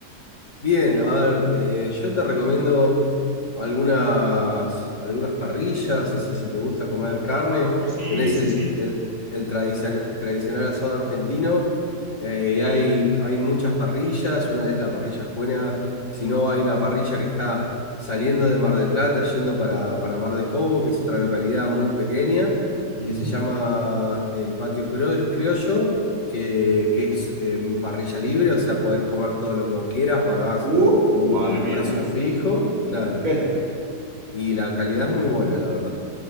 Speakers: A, on the left; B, on the right.
A: Bien, a ver, eh, yo te recomiendo algunas, algunas parrillas, o sea, si te gusta comer carne,
B: Ah, sí,
A: tenés
B: sí,
A: el,
B: sí.
A: el- el tradicion- tradicional asado argentino, eh, y hay, hay muchas parrillas, una es la parrilla Escuena, si no hay una parrilla que está saliendo de Mar del Plata, yendo para, para Mar de Cobo, que es otra localidad muy pequeña,
B: Ujú.
A: que se llama el Patio Crio- Criollo, que, que es eh, parrilla libre, o sea, podés comer todo lo que vos quieras, pagás
B: Uh,
A: con
B: madre
A: un, un
B: mía.
A: precio fijo, claro.
B: <laughs>
A: Y la calidad es muy buena, la verdad.